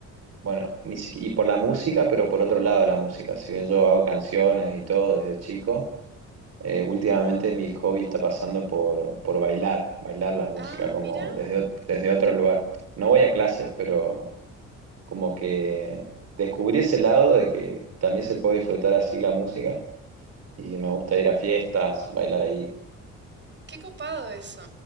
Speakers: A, on the right (about 55°); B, on the right (about 35°).
A: bueno, ni siqui- y por la música, pero por otro lado de la música. Si bien yo hago canciones y todo desde chico, eh, últimamente mi hobby está pasando por, por bailar, bailar la música
B: Ah,
A: como
B: mira,
A: desde, ot- desde otro lugar. No voy a clases, pero como que descubrí ese lado de que también se puede disfrutar así la música y me gusta ir a fiestas, bailar ahí.
B: qué copado eso.